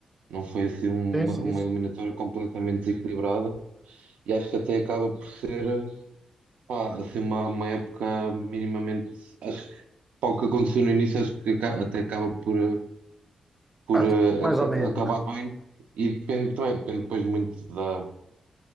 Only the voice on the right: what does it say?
não foi assim uma,
uma
eliminatória completamente desequilibrada. E acho que até acaba por ser, pá, assim, uma, uma época minimamente. Acho que para o que aconteceu no início, acho que aca- até acaba por, eh, por
eh,
aca-
acabar
bem. E depende também, depende depois muito da,